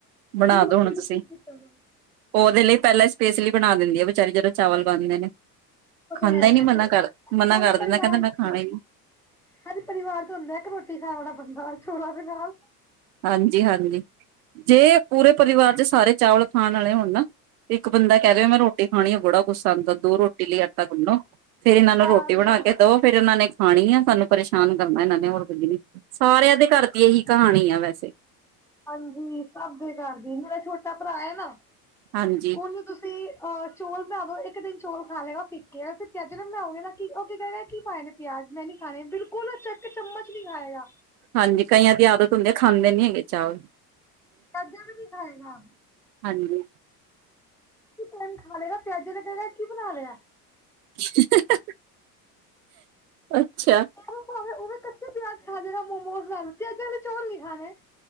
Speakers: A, on the right (about 65°); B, in the centre.
A: ਬਣਾ
B: ਲੋਕਾਂ
A: ਦੋ ਹੁਣ
B: ਨੂੰ
A: ਤੁਸੀਂ
B: ਕੀ ਕੀਤਾ ਜਾਵੇ?
A: ਉਹਦੇ ਲਈ ਪਹਿਲਾਂ ਸਪੇਸਲੀ ਬਣਾ ਦਿੰਦੀ ਆ ਵਿਚਾਰੀ ਜਦੋਂ ਚਾਲ ਬਣਦੇ ਨੇ
B: ਹਰ
A: ਖਾਂਦਾ ਹੀ ਨੀ ਮਨਾ ਕਰ ਮਨਾ ਕਰ ਦਿੰਦਾ
B: ਪਰਿਵਾਰ
A: ਕਹਿੰਦਾ ਮੈਂ
B: ਚ
A: ਖਾਣਾ ਹੀ ਨੀ
B: ਹਰ ਪਰਿਵਾਰ ਚ ਹੁੰਦਾ ਕਿ ਰੋਟੀ ਖਾ ਹੋਣਾ ਬੰਦਾ ਸੂਰਾਂ ਦੇ ਨਾਲ਼।
A: ਹਾਂਜੀ ਹਾਂਜੀ, ਜੇ ਪੂਰੇ ਪਰਿਵਾਰ ਚ ਸਾਰੇ ਚਾਵਲ ਖਾਣ ਵਾਲੇ ਹੋਣ ਨਾ, ਤੇ ਇੱਕ ਬੰਦਾ ਕਹਿ ਰਿ ਹੋ ਮੈਂ ਰੋਟੀ ਖਣੀ ਆ ਬੜਾ ਪਸੰਦ ਦੋ ਰੋਟੀ ਲਈ ਆਟਾ ਗੁਣੋ, ਫੇਰ ਇਹਨਾਂ ਨੂੰ ਰੋਟੀ
B: ਆਸ
A: ਬਣਾ
B: ਵਾਸ
A: ਕੇ ਦਵੋ, ਫੇਰ ਇਹਨਾਂ ਨੇ ਖਾਣੀ ਆ ਸਾਨੂੰ ਪਰੇਸ਼ਾਨ ਕਰਨਾ ਇਹਨਾਂ ਨੇ ਹੋ ਸਾਰਿਆਂ ਦੇ ਘਰ ਦੀ ਇਹੀ ਕਹਾਣੀ ਆ ਵੈ <unintelligible>
B: ਹਾਂਜੀ, ਸਭ ਦੇ ਘਰ ਦੀ, ਮੇਰਾ ਛੋਟਾ ਭਰਾ ਹੈ ਨਾ
A: ਹਾਂਜੀ
B: ਉਹਨੂੰ ਤੁਸੀਂ ਅਹ ਚੋਲ ਬਣਾ ਦੋ ਇੱਕ ਦਿਨ ਚੌਲ ਖਾ ਲਏਗਾ ਫਿੱਕੇ, ਫ ਪਿਆਜ ਨਾ ਬਣਾਓਗੇ ਨਾ ਕੀ ਉਹ ਕੀ ਕਹਿ ਕੀ ਪਾਏ ਨੇ ਪਿਆਜ ਮੈਂ ਨੀ ਖਾਣੇ, ਬਿਲਕੁੱਲ ਇੱਕ ਚਮਚ ਨਹੀਂ ਖਾਏਗਾ
A: ਹਾਂਜੀ ਕਈਆਂ ਦੀ ਆਦਤ ਹੁੰਦੀ ਆ ਖਾਂਦੇ ਨੀ ਹੈਗੇ ਚਾਲ
B: ਤਾਜ਼ਾ ਵੀ ਨਹੀਂ ਖਾਏਗਾ।
A: ਹਾਂਜੀ।
B: ਕੀ ਟਾਈਮ ਖਾ ਲੇਗਾ ਪਿਆਜੇ ਤੇ ਕਹੇਗਾ ਕਿ ਬਣਾ ਲਿਆ?
A: <unintelligible> ਅੱਛਾ।
B: ਉਹ ਭਾਵੇਂ ਉਹ ਕੱਚੇ ਪਿਆਜ ਖਾ ਜੇਗਾ ਮੋਮੋਜ਼ ਨਾਲ, ਪਿਆਜ਼ਾ ਆਲੇ ਚੋਲ ਨੀ ਖਾਣੇ।